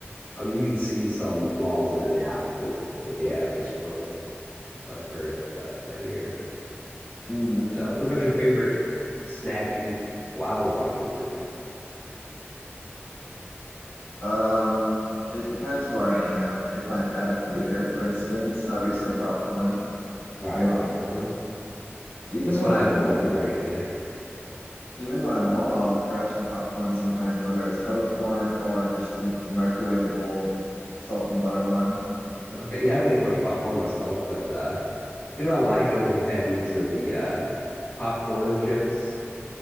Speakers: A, on the left (about 45°); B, on the left (about 70°).
A: I mean, you can see some flaws in it now because what we have, we're spoiled by the current uh, thing here.
B: hmm
A: But uh, what about your favorite snack to eat while watching a movie?
B: Um, it depends where I am. If I'm at a theater, for instance, obviously popcorn.
A: All right,
B: Um,
A: popcorn.
B: even
A: That's kind
B: when
A: of
B: I'm
A: like
B: home,
A: the given, right? Yeah.
B: even when I'm home, I'll grab some popcorn sometimes, whether it's kettle corn or just the microwavable salt and butter one.
A: Okay. Yeah, I don't eat much popcorn myself, but uh, You know what I like? I don't know if you've had these or the uh, popcorn chips.